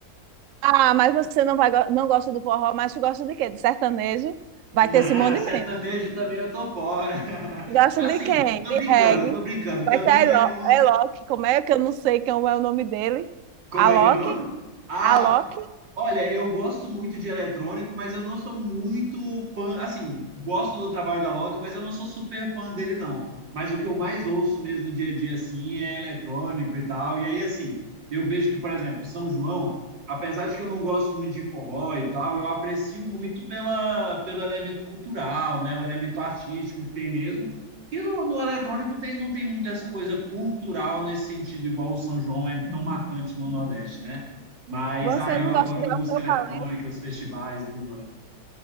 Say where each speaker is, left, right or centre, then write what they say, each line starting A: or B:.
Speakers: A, on the right; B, on the right.
A: Ah, mas você não vai go- não gosta do forró, mas tu gosta de quê? De sertanejo? Vai
B: Não,
A: ter Simone
B: sertanejo
A: de
B: também eu tô fora. <laughs>
A: Gosta
B: Assim,
A: de quem?
B: tô
A: De
B: brincando,
A: reggae.
B: tô brincando.
A: Vai
B: Também
A: ter a
B: não
A: Elo-
B: é como.
A: Alok, como é que eu não sei como é o nome dele?
B: Como
A: Alok?
B: é que é o nome? Ah,
A: Alok?
B: Olha, eu gosto muito de eletrônico, mas eu não sou muito fã. Assim, gosto do trabalho da Loki, mas eu não sou super fã dele, não. Mas o que eu mais ouço mesmo no dia a dia, assim, é eletrônico e tal. E aí, assim, eu vejo que, por exemplo, São João, apesar de que eu não gosto muito de forró e tal, eu aprecio muito pela, pelo elemento cultural, né? O elemento artístico que tem mesmo. E no, no eletrônico tem, não tem muito essa coisa cultural nesse sentido, igual o São João é tão marcante no Nordeste, né? Mas,
A: Você
B: ah, eu
A: não
B: adoro
A: gosta de
B: música
A: Alceu
B: eletrônica,
A: Valença?
B: os festivais e tudo mais.